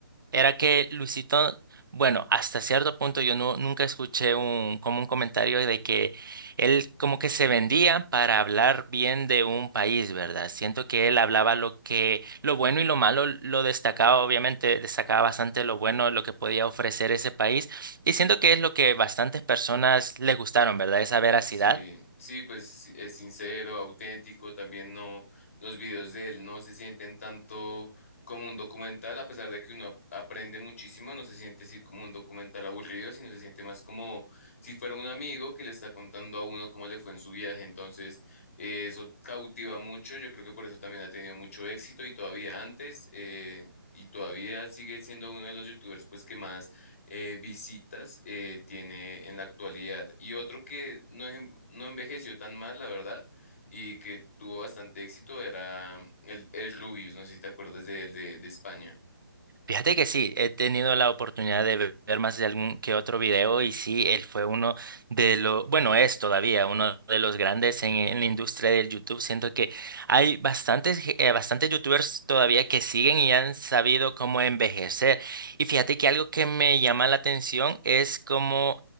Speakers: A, on the right; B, on the left.
A: era que Luisito, bueno, hasta cierto punto yo no, nunca escuché un, como un comentario de que él como que se vendía para hablar bien de un país, ¿verdad? Siento que él hablaba lo que, lo bueno y lo malo, lo destacaba, obviamente, destacaba bastante lo bueno, lo que podía ofrecer ese país, y siento que es lo que bastantes personas le gustaron, ¿verdad? Esa veracidad.
B: Sí, sí, pues sí, es sincero, auténtico, también no, los videos de él no se sienten tanto como un documental, a pesar de que uno ap- aprende muchísimo, no se siente así como un documental aburrido, sino se siente más como si fuera un amigo que le está contando a uno cómo le fue en su viaje, entonces eh, eso cautiva mucho, yo creo que por eso también ha tenido mucho éxito y todavía antes, eh, y todavía sigue siendo uno de los youtubers pues que más eh, visitas eh, tiene en la actualidad. Y otro que no, enve- no envejeció tan mal, la verdad, y que tuvo bastante éxito era mm, el, el Rubius, no sé si te acuerdas de él, de, de España.
A: Fíjate que sí, he tenido la oportunidad de ve- ver más de algún que otro video y sí, él fue uno de los, bueno, es todavía uno de los grandes en, en la industria del YouTube. Siento que hay bastantes, ge- eh, bastantes YouTubers todavía que siguen y han sabido cómo envejecer. Y fíjate que algo que me llama la atención es como,